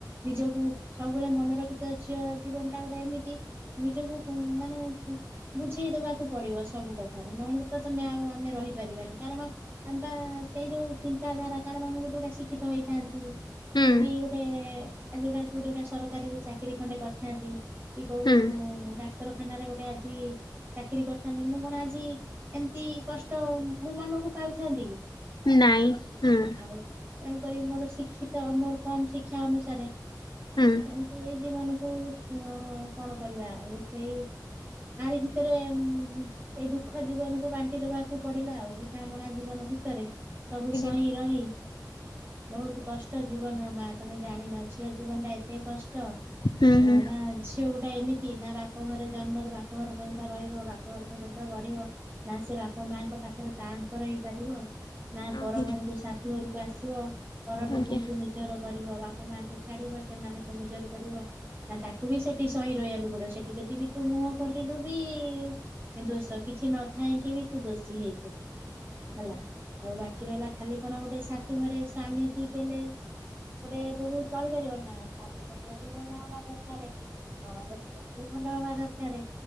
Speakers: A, on the right; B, on the left.
A: ନିଜକୁ ସବୁବେଳେ ମନେ ରଖିଥି ଝିଅ ଜୀବନଟା ଗୋଟେ ଏମିତି ନିଜକୁ କୁ ମାନେ ବୁଝେଇଦବାକୁ ପଡିବ ସବୁ କଥାରେ ନହେଲେ ତ ତମେ ଆଉ ଆମେ ରହିପାରିବାନି। କାରଣ ଆମ ପା ସେଇ ଯୋଉ ଚିନ୍ତାଧାରା କାରଣ ମୁଁ ଯଦି ଗୋଟେ ଶିକ୍ଷିତ ହେଇଥାନ୍ତି
B: ହୁଁ
A: ଯଦି ଗୋଟେ ଆଜି ଗୋଟାଏ କୋଉଠି ଗୋଟାଏ ସରକାରୀ ରେ ଚାକିରି ଖଣ୍ଡେ କରିଥାନ୍ତି କି କୋଉ
B: ହୁଁ
A: ଡାକ୍ତରଖାନାରେ ଗୋଟେ ଆଜି ଚାକିରୀ କରିଥାନ୍ତି ମୁଁ କଣ ଆଜି ଏମତି କଷ୍ଟ ମୋ ମନକୁ ପାଉଥାନ୍ତି କି?
B: ନାଇଁ ହୁଁ।
A: ଆଉ ତେଣୁକରି ମୋର ଶିକ୍ଷିତ ମୋର କମ୍ ଶିକ୍ଷା ଅନୁସାରେ
B: ହୁଁ।
A: ଏମିତି ଏଇ ଜୀବନକୁ କଣ କରିବା ଆଉ ସେଇ ଆାରି ଭିତରେ ଉଁ ହୁଁ ଏଇ ଦୁଃଖ ଜୀବନକୁ ବାଣ୍ଟି ଦବାକୁ ପଡିଲା ଆଉ ବୁଝାମଣା ଜୀବନ ଭିତରେ ସବୁ
B: ଆଜ୍ଞା
A: ସହି ରହି ବହୁତ୍ କଷ୍ଟ ଜୀବନର ମା। ତମେ ଜାଣିନ ଝିଅ ଜୀବନଟା ଏତେ କଷ୍ଟ।
B: ହୁଁ ହୁଁ
A: ନା ଝିଅ ଗୋଟାଏ ଏମିତି ନା ବାପ୍ ବାପ ଘରେ ଜନ୍ମରୁ ବାପଘର ପର୍ଯ୍ୟନ୍ତ ରହିବ ବାପଘର ପର୍ଯ୍ୟନ୍ତ ବଢିବ ନା ସେ ବାପ ମାଆଙ୍କ ପାଖ ପାଖରେ ତାଙ୍କର ହେଇପାରିବ ନା
B: ଓହୋ
A: ପର ଘରକୁ ଶାଶୁ ଘରକୁ ଆସିବ ପର ଲୋକଙ୍କୁ
B: ଆଜ୍ଞା।
A: ନି ନିଜର କରିବ ବାପ ମାଆଙ୍କୁ ଛାଡିବ ସେମାନଙ୍କୁ ନିଜର କରିବ। ନା ତାକୁ ବି ସେଠି ସହି ରହିବାକୁ ପଡିବ ସେଠି ସେଠି ଯେଦିବି ତୁ ମୁହଁ ଖୋଲିଲୁ ବି ଦୋଷ କିଛି ନଥାଇକି ବି ତୁ ଦୋଷ ଶୀ ହେଇଯିବୁ
B: ଆଜ୍ଞା।
A: ହେଲା। ଆଉ ବାକି ରହିଲା ଖାଲି କଣ ଗୋଟେ ଶାଶୁଘରେ ସ୍ଵାମୀ ଠିକ ହେଲେ ଗୋଟେ ବୋହୁ ଚଳିପାରିବ ନା ଶାଶୁ ଶଶୁର ବି ଭଲ ହବା ଦରକାରେ ନଣନ୍ଦ ଦିଅ ର ବି ଭଲ ହବା ଦରକାରେ।